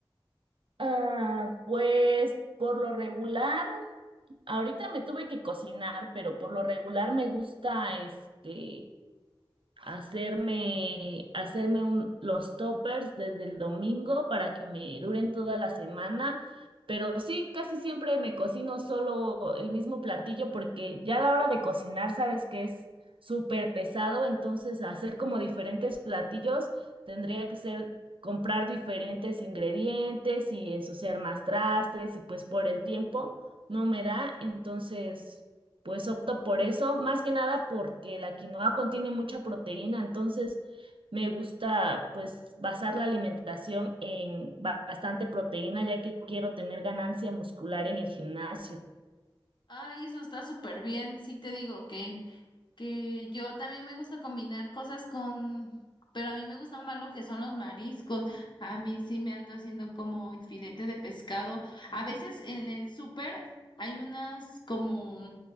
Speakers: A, on the right; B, on the left.
A: Ah, pues por lo regular, ahorita me tuve que cocinar, pero por lo regular me gusta este hacerme, hacerme un, los toppers desde el domingo para que me duren toda la semana. Pero sí, casi siempre me cocino solo el mismo platillo porque ya a la hora de cocinar sabes que es súper pesado, entonces hacer como diferentes platillos tendría que ser comprar diferentes ingredientes y ensuciar más trastes y pues por el tiempo no me da, entonces pues opto por eso, más que nada porque la quinoa contiene mucha proteína, entonces me gusta pues basar la alimentación en ba- bastante proteína, ya que quiero tener ganancia muscular en el gimnasio.
B: Ay, eso está súper bien. Sí te digo que, que yo también me gusta combinar cosas con, pero a mí me gustan más lo que son los mariscos. A mí sí me ando haciendo como filete de pescado. A veces en el súper hay unas como,